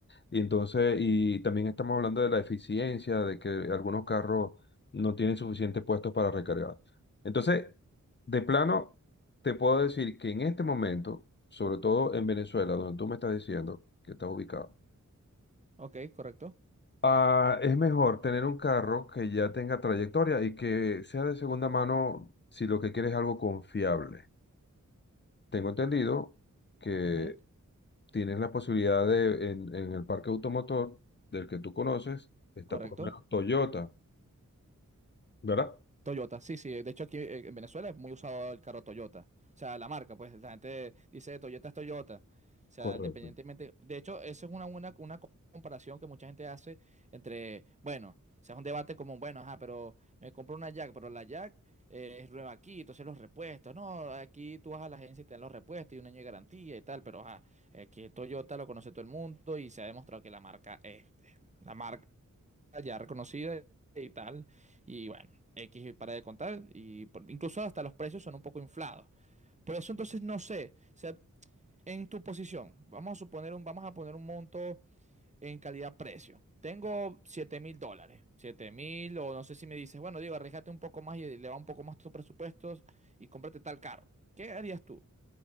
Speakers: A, on the left; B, on the right.
A: Y entonces, y también estamos hablando de la eficiencia, de que algunos carros no tienen suficientes puestos para recargar. Entonces, de plano, te puedo decir que en este momento, sobre todo en Venezuela, donde tú me estás diciendo que estás ubicado,
B: Ok, correcto.
A: ah, es mejor tener un carro que ya tenga trayectoria y que sea de segunda mano si lo que quieres es algo confiable. Tengo entendido que
B: Ujú,
A: tienes la posibilidad de, en, en el parque automotor del que tú conoces, está
B: Correcto.
A: por lo menos Toyota, ¿verdad?
B: Toyota, sí, sí. De hecho, aquí eh, en Venezuela es muy usado el carro Toyota. O sea, la marca, pues la gente dice Toyota es Toyota. O sea,
A: Correcto.
B: independientemente. De hecho, esa es una buena una co- comparación que mucha gente hace entre, bueno, o sea, es un debate como, bueno, ajá, pero me compro una Jack, pero la Jack eh, es nueva aquí, entonces los repuestos. No, aquí tú vas a la agencia y te dan los repuestos y un año de garantía y tal, pero ajá, eh, que Toyota lo conoce todo el mundo y se ha demostrado que la marca es la marca ya reconocida y tal. Y bueno, X para de contar. Y por- incluso hasta los precios son un poco inflados. Por eso entonces no sé. O sea, en tu posición, vamos a suponer un, vamos a poner un monto en calidad-precio. Tengo 7 mil dólares. siete mil, o no sé si me dices, bueno, Diego, arriesgate un poco más y le va un poco más tus presupuestos y cómprate tal carro. ¿Qué harías tú?